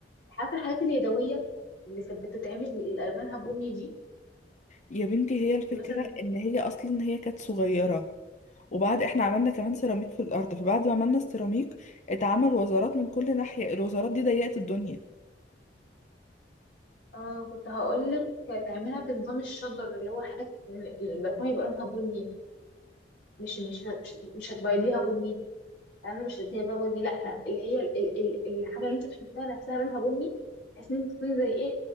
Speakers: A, on the left; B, on the left.
A: عارفه الحاجات اليدويه اللي كانت بتتعمل اللي الوانها بني دي
B: يا بنتي هي الفكرة
A: كنت مثلا
B: ان هي اصلا هي كانت صغيرة وبعد احنا عملنا كمان سيراميك في الارض فبعد ما عملنا السيراميك اتعمل وزارات من كل ناحية الوزارات دي ضيقت الدنيا
A: اه كنت هقولك تعملها بنظام الشجر اللي هو حاجات ال- البلكونه يبقى لونها بني مش مش مش, مش هتبيضيها بني انا مش اللي هي بقى بني لا اللي هي ال- ال- ال- الحاجه اللي انت تحطها نفسها لونها بني بحيث ان انت تكوني زي ايه